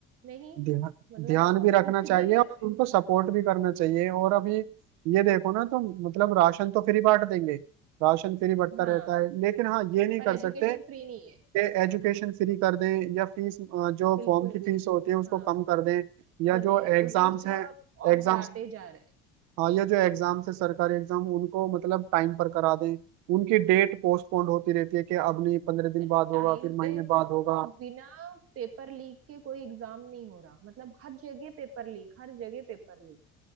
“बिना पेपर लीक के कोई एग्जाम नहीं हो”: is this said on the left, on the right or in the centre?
Right